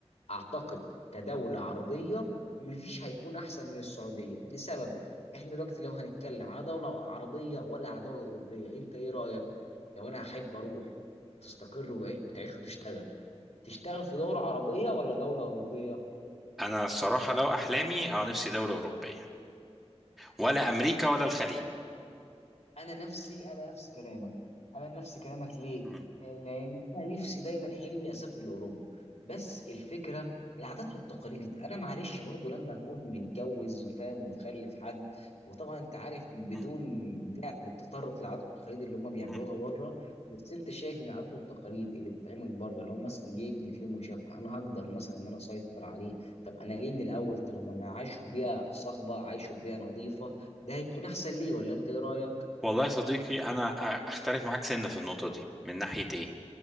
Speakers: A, on the left; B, in the centre.
A: اعتقد كدوله عربيه مفيش هيكون احسن من السعوديه لسبب احنا دلوقتي لو هنتكلم على دوله عربيه ولا على دوله اوروبيه انت ايه رايك لو انا هحب اروح تستقر وتعيش وتشتغل تشتغل في دوله عربيه ولا دوله اوروبيه
B: أنا الصراحة لو أحلامي أه نفسي دولة أوروبية ولا أمريكا ولا الخليج
A: انا نفسي انا نفس كلامك انا نفس كلامك ليه
B: مم.
A: لان انا نفسي دايما حلمي اسافر لاوروبا بس الفكره العادات والتقاليد انا معلش برضه لما اكون متجوز فاهم ومخلف حد وطبعا انت عارف بدون
B: مم.
A: داعي للتطرق للعادات والتقاليد اللي هم بيعملوها
B: مم.
A: بره بس انت شايف ان العادات والتقاليد اللي بتتعمل بره لو مثلا جايبني في يوم وشافها انا هقدر مثلا ان انا اسيطر عليه طب انا ليه من الاول طب لما انا عايشه في بيئه صاخبه عايشه في بيئه نظيفه ده هيكون احسن ليه ولا انت ايه رايك
B: والله يا صديقي انا أ- اختلف معاك سنه في النقطه دي من ناحيه ايه